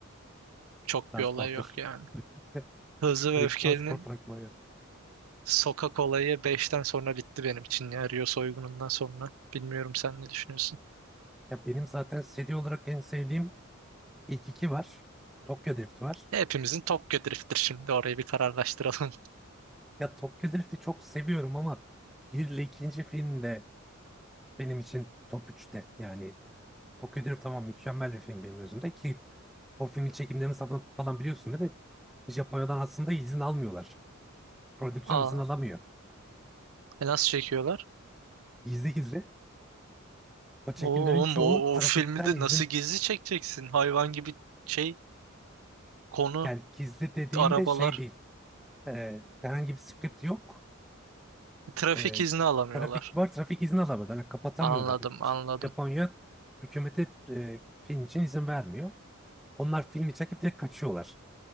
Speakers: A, on the right (about 80°); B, in the centre.
A: Çok
B: Transporter.
A: bir olay yok yani.
B: <laughs>
A: Hızlı ve
B: Direkt
A: Öfkeli'nin
B: Transporter aklıma geldi.
A: Sokak olayı beşten sonra bitti benim için ya Rio soygunundan sonra. Bilmiyorum sen ne düşünüyorsun?
B: Ya benim zaten seri olarak en sevdiğim ilk iki var. Tokyo Drift var.
A: Ya hepimizin Tokyo Drift'tir şimdi orayı bir kararlaştıralım.
B: Ya Tokyo Drift'i çok seviyorum ama bir ile ikinci film de benim için top 3'te. Yani Tokyo Drift tamam mükemmel bir film benim gözümde ki o filmin çekimlerini safını falan biliyorsun değil mi? Japonya'dan aslında izin almıyorlar. Prodüksiyon
A: <laughs> Aa,
B: izin alamıyor.
A: e nasıl çekiyorlar?
B: Gizli gizli. O çekimlerin
A: Oğlum
B: çoğu
A: o,
B: trafikten
A: o filmi de
B: izin
A: nasıl gizli çekeceksin? Hayvan gibi şey konu
B: yani gizli dediğimde
A: arabalar.
B: şey değil. Ee, herhangi bir script yok.
A: E, Trafik
B: e,
A: izni alamıyorlar.
B: trafik var. Trafik izni alamıyorlar. Yani kapatamıyorlar.
A: Anladım anladım.
B: Japonya hükümete e, film için izin vermiyor. Onlar filmi çekip direkt kaçıyorlar.